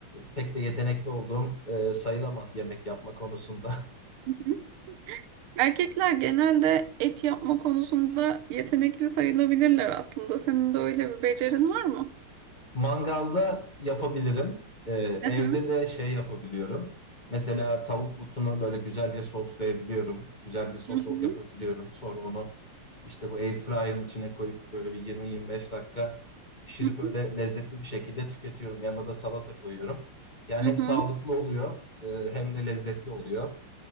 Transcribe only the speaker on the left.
pek de yetenekli olduğum e, sayılamaz yemek yapma konusunda.
Mangalda yapabilirim. Ee,
evde
de şey yapabiliyorum. Mesela tavuk butunu böyle güzelce soslayabiliyorum. Güzel bir sos
yapabiliyorum. Sonra onu işte bu airfryer'ın içine koyup böyle bir 20-25 dakika pişirip
öyle
lezzetli bir şekilde tüketiyorum. Yanına da salata koyuyorum. Yani
hem
sağlıklı oluyor e, hem de lezzetli oluyor.